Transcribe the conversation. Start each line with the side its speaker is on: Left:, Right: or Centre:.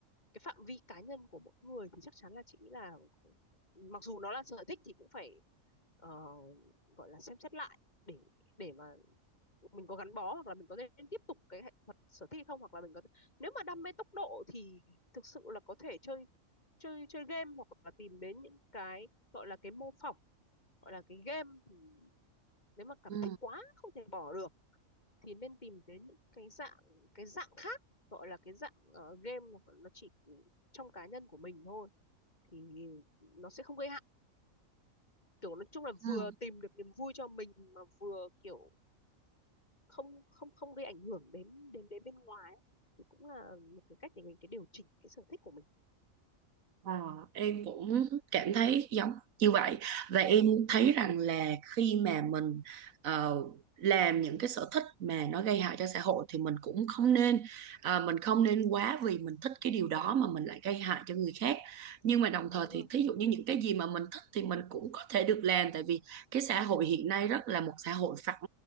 Left: cái phạm vi cá nhân của mỗi người thì chắc chắn là chị nghĩ là ừ, mặc dù nó là sở thích thì cũng phải ờ, gọi là xem xét lại để để mà mình có gắn bó hoặc là mình có nên tiếp tục cái hoạt sở thích không hoặc là mình có nếu mà đam mê tốc độ thì thực sự là có thể chơi chơi chơi game hoặc là tìm đến những cái gọi là cái mô phỏng gọi là cái game thì nếu mà cảm
Right: ừ.
Left: thấy thích quá không thể bỏ được thì nên tìm đến những cái dạng cái dạng khác gọi là cái dạng ờ, game nó chỉ trong cá nhân của mình thôi thì nó sẽ không gây hại kiểu nói chung là
Right: ừ.
Left: vừa tìm được niềm vui cho mình mà vừa kiểu không không không gây ảnh hưởng đến đến đến bên ngoài ấy, thì cũng là một cái cách để mình cái điều chỉnh cái sở thích của mình
Right: Ờ, em cũng cảm thấy giống như vậy và em thấy rằng là khi mà mình ờ, làm những cái sở thích mà nó gây hại cho xã hội thì mình cũng không nên à, mình không nên quá vì mình thích cái điều đó mà mình lại gây hại cho người khác nhưng mà đồng thời
Left: đúng
Right: thì
Left: không
Right: thí dụ như những cái gì mà mình thích thì mình cũng có thể được làm tại vì cái xã hội hiện nay rất là một xã hội phẳng